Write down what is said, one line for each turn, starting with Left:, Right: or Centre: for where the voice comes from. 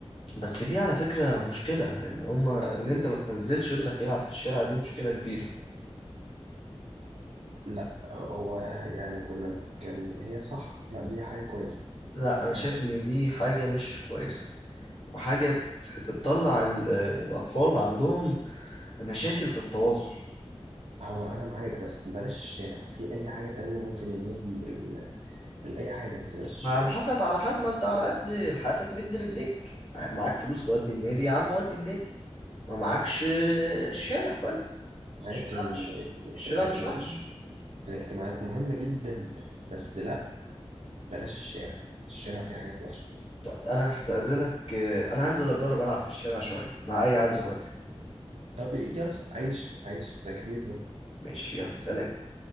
Left: بس دي على فكرة مشكلة ان هما ان انت ما تنزلش ابنك يلعب في الشارع دي مشكلة كبيرة
Right: لا هو يعني كنا كان هي صح لا دي حاجة كويسة
Left: لا
Right: على فكرة
Left: انا شايف ان دي حاجة مش كويسة وحاجة بت- بتطلع ال- الاطفال عندهم مشاكل في التواصل
Right: هو أنا معاك بس بلاش الشارع في أي حاجة تانية ممكن النادي ال... ال- أي حاجة بس بلاش الشارع
Left: ما على حسب على حسب ما انت على قد لحافك مد رجليك معاك فلوس تودي النادي يا عم ودي النادي ما معاكش الشارع كويس
Right: معاك
Left: الشارع
Right: إن ال-
Left: مش
Right: الاجتماعات
Left: الشارع مش وحش
Right: مهمة الاجتماعات مهمة جدا بس لا بلاش الشارع الشارع فيه حاجات وحشة
Left: طب انا هستأذنك اه، انا هنزل اجرب العب في الشارع شوية مع اي عيل صغير
Right: طب يلا عيش عيش تكبير
Left: ماشي يلا سلام